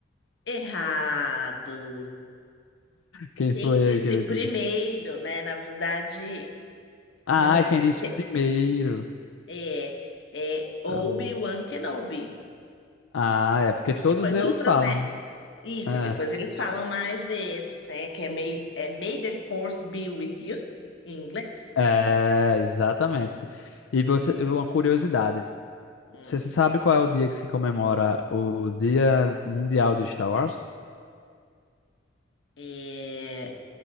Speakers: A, on the left (about 70°); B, on the left (about 85°).
A: errado.
B: Quem
A: Quem
B: foi
A: disse
B: aí que ele
A: primeiro,
B: disse?
A: né? Na verdade,
B: Ah,
A: não, s-
B: e quem disse
A: que-
B: primeiro?
A: é, é Obi-Wan
B: Ah,
A: Kenobi.
B: ah, é porque
A: E aí
B: todos
A: depois
B: eles
A: outras,
B: falam.
A: né? Isso,
B: É,
A: aí depois eles falam mais vezes, né? Que é May, é May the Force be with you, em inglês.
B: é, exatamente. E você, uma curiosidade.
A: Hum.
B: Você sabe qual é o dia que se comemora o Dia Mundial de Star Wars?
A: É,